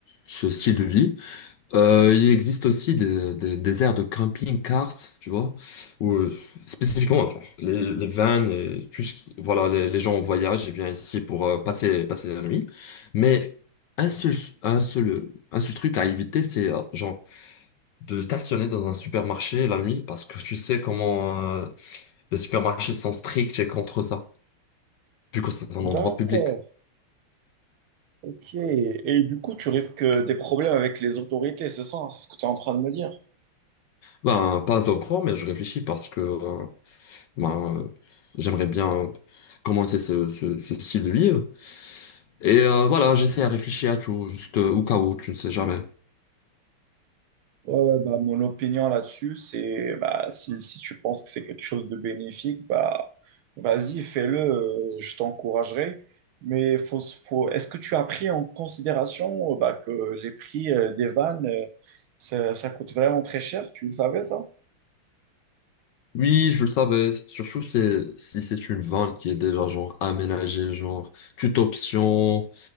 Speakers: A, on the left; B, on the right.
A: ce style de vie. Euh, il existe aussi des, des, des aires de camping-cars, tu vois, où euh, spécifiquement, enfin, les, les vans, et tout ce qui- voilà, les, les gens en voyage, ils viennent ici pour euh, passer, passer la nuit. Mais un seul, un seul, un seul truc à éviter, c'est euh, genre de stationner dans un supermarché la nuit parce que tu sais comment euh, les supermarchés sont stricts et contre ça, vu que c'est un
B: d'accord.
A: endroit public.
B: Ok. Et du coup, tu risques euh, des problèmes avec les autorités, c'est ça? C'est ce que tu es en train de me dire.
A: Ben, pas encore, mais je réfléchis parce que euh, ben, euh, j'aimerais bien commencer ce, ce- ce style de livre. Et euh, voilà, j'essaie à réfléchir à tout, juste euh, au cas où, tu ne sais jamais.
B: Ouais, ouais, bah, mon opinion là-dessus, c'est bah, si, si tu penses que c'est quelque chose de bénéfique, bah, vas-y, fais-le, euh, je t'encouragerai. Mais faut, faut, est-ce que tu as pris en considération euh, bah, que les prix euh, des vannes, euh, ça, ça coûte vraiment très cher, tu le savais ça?
A: Oui, je le savais, surtout c'est- si c'est une vanne qui est déjà genre aménagée, genre toute option,